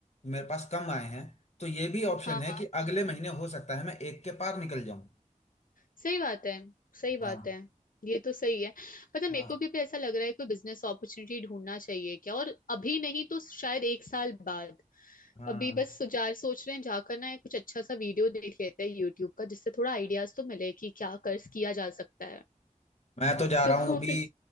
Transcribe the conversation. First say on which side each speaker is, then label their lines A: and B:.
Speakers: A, on the left (about 50°); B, on the left (about 80°).
A: मेरे पास कम आए हैं तो ये भी ऑप्शन
B: हाँ
A: है
B: हाँ
A: कि अगले महीने हो सकता है मैं एक के पार निकल जाऊं
B: सही बात है सही बात
A: हाँ
B: है ये तो सही है पता है,
A: हाँ
B: मेरे को भी पे ऐसा लग रहा है कोई बिजनेस अपॉर्चुनिटी ढूंढना चाहिए क्या और अभी नहीं तो शायद एक साल बाद
A: हाँ
B: अभी बस सुजार सोच रहे हैं जाकर ना कुछ अच्छा सा वीडियो देख लेते हैं यूट्यूब का जिससे थोड़ा आइडियाज तो मिले कि क्या कर किया जा सकता है
A: मैं तो जा
B: सो
A: रहा हूँ अभी
B: <laughs> फिर